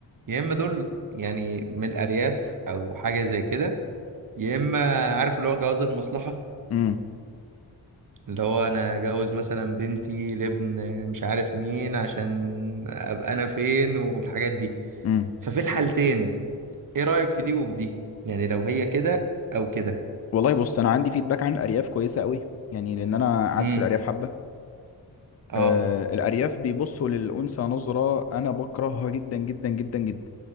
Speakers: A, on the right; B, on the left.
A: يا إما دول يعني من الأرياف أو حاجة زي كده يا إما عارف اللي هو جواز المصلحة
B: امم
A: اللي هو أنا أجوز مثلا بنتي لابن مش عارف مين عشان أبقى أنا فين والحاجات دي
B: امم
A: ففي الحالتين إيه رأيك في دي وفي دي يعني لو هي كده أو كده
B: والله بص أنا عندي فيدباك عن الأرياف كويسة قوي يعني لأن أنا قعدت
A: امم
B: في الأرياف حبة
A: اه
B: آه الأرياف بيبصوا للأنثى نظرة أنا بكرهها جدا جدا جدا جدا